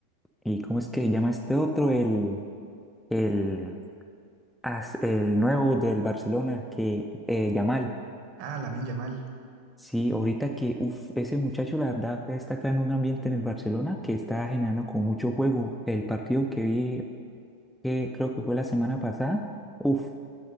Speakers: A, in the centre; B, on the right.
A: y ¿cómo es que se llama este otro? El, el as- el nuevo del Barcelona, que eh, Yamal.
B: Ah, Lamine Yamal.
A: Sí, ahorita que uf, ese muchacho, la verdad, está acá en un ambiente en el Barcelona que está generando con mucho juego. El partido que vi, que creo que fue la semana pasada, uff